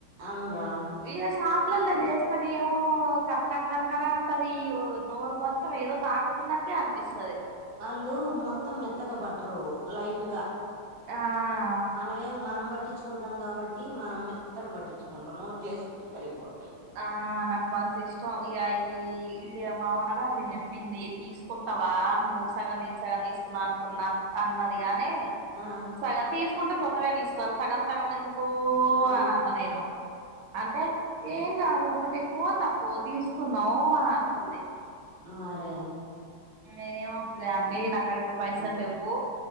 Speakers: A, on the right; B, on the right.
A: అవును రా
B: వేరే షాప్ ఇట్లల్లో చేస్తానే ఏమో కర్కర్ కర్కరా అంటది ఈ నోరు మొత్తం ఏదో తాకుతున్న అనిపిస్తది
A: వాళ్ళు మొత్తం మెత్తగా పాటి ర్రు లైట్
B: ఆ
A: మనమే మనం బట్టి పట్టించుకుంటాం కాబట్టి మనం మెత్తగా పట్టించుకుంటాం నోట్లో వేసుకుంటే కరిగిపోతాయి
B: ఆ నాకు మస్ ఇష్టం ఇగా ఇయి ఇ అమ్ అనడా అది చెప్పింది తీసుకుంటావా నువ్వు సగం నేను సగం తీసుకున్నా అన్నది గాని
A: ఆ
B: సగం తీసుకుంటే మొత్తమే తీసుకోవాలి సగం సగం ఎందుకు
A: అను
B: అని అన్న నేను అంటే ఏం కాదు ఒకటి ఎక్కువ తక్కువ తీసుకున్నావు అని అంటుంది
A: మరే
B: ఏమవుతుంది అంటీ నాకుడ ఇప్పుడు పైసలు
A: అది
B: లేవు